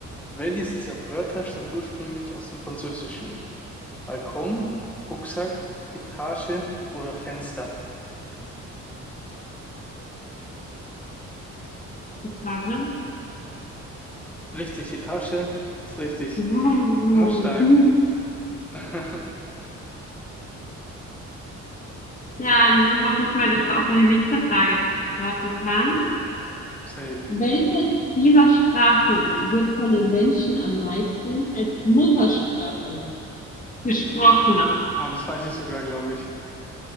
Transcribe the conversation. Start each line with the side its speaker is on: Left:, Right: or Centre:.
Centre: Welches dieser Wörter stammt ursprünglich aus dem Französischen? Balkon, Rucksack, Etage oder Fenster?
Left: Gitarren.
Centre: Richtig, Etage ist richtig.
Left: Gut.
Centre: Ja, stark. <laughs>
Left: Dann hoffe ich mal, dass du auch meine nächste Frage beantworten kannst.
Centre: Safe.
Left: Welche dieser Sprachen wird von den Menschen am meisten als Muttersprache gesprochen?
Centre: Oh, das weiß ich sogar, glaube ich.